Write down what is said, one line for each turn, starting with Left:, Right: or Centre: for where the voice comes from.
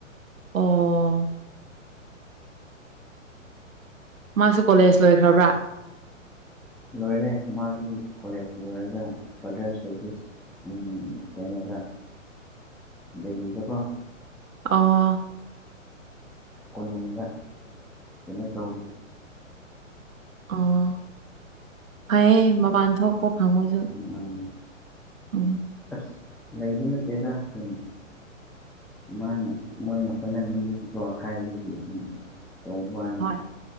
Right: ꯑꯣ ꯃꯥꯁꯨ ꯀꯣꯂꯦꯖ ꯂꯣꯏꯈ꯭ꯔꯕ꯭ꯔꯥ
Centre: ꯂꯣꯏꯔꯦ ꯃꯥꯗꯤ ꯀꯣꯂꯦꯖ ꯂꯣꯏꯔꯒ ꯐꯔꯗꯔ ꯏꯁꯇꯗꯤꯁ ꯎꯝ ꯀꯩꯅꯣꯗ ꯗꯦꯂꯤꯗꯀꯣ
Right: ꯑꯣ
Centre: ꯀꯣꯅꯨꯡꯗ ꯀꯩꯅꯣ ꯇꯧꯋꯦ
Right: ꯑꯣ ꯐꯩꯌꯦ ꯃꯄꯥꯟ ꯊꯣꯛꯄ ꯐꯪꯕꯁꯨ
Centre: ꯎꯝ
Right: ꯎꯝ
Centre: ꯑꯁ ꯂꯩꯕ ꯅꯠꯇꯦꯗ ꯁꯨꯝ ꯃꯥꯅ ꯃꯣꯏꯅ ꯍꯣꯠꯅꯅꯤꯡꯕꯒꯤ ꯀꯣ ꯍꯥꯏꯕꯗꯒꯤ ꯇꯧꯕ ꯋꯥꯅꯤ
Right: ꯍꯣꯏ